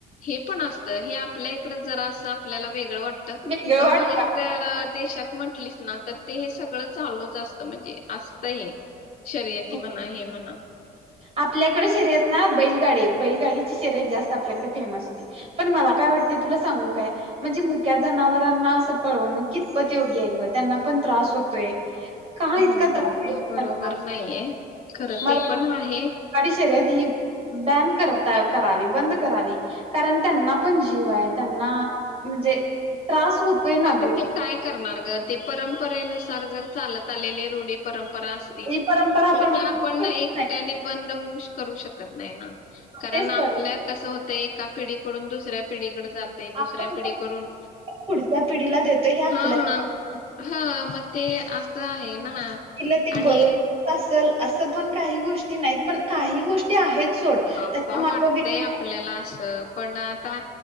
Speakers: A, on the left; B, on the right.
A: हे पण असते हे आपल्या इकड जर सा आपल्याला वेगळं वाट त
B: वेगळं
A: पण
B: वाटत
A: बाहेर देशात म्हंटली ना तर ते हे सगळं चालू चसतं म्हणजे असतं हे. शर्यती
B: हो
A: म्हणा हे म्हणा.
B: आपल्याकडे शर्यत ना बैलगाडी, बैलगाडीची शर्यत जास्त आपल्याकडे फेमस होती, पण मला काय वाटते तुला सांगू काय म्हणजे मुक्या जनावरांना असं पळवण कितपत योग्य आहे किंवा त्यांना पण त्रास होतोय. का इतका
A: हो
B: त्रास
A: ते बरोबर
B: त्यांना
A: नाहीये. खरं
B: मला
A: ते पण
B: <unintelligible>
A: आहे.
B: काडी शर्यत ही बॅन करता, करावी बंद करावी कारण त्यांना पण जीव आहे, त्यांना म्हणजे त्रास होतोय ना
A: आता
B: ग.
A: ते काय करणार ते परंपरेनुसार जर चालत आलेले रूढी परंपरा असतील
B: ही परंपरा
A: तर त्या
B: बदलू
A: आपण
B: शकत
A: एकट्याने
B: नाही
A: बंद होऊ करू शकत नाही ना. कारण
B: तेच
A: आपल्या
B: तर
A: कसं होतं एका पिढीकडून दुसऱ्या पिढी जातय
B: आपण
A: दुसऱ्या पिढी करून
B: पुढच्या पिढीला देतो हे आपल्या
A: हा हा हा मग ते असं आहे ना
B: तिला ती
A: आणि
B: बरोबर असल असं पण काही गोष्टी नाहीत, पण काही गोष्टी आहेत. सोड
A: आता
B: त्याच्या माग
A: वाटतय
B: वैयक्तिक
A: आपल्याला असं पण आता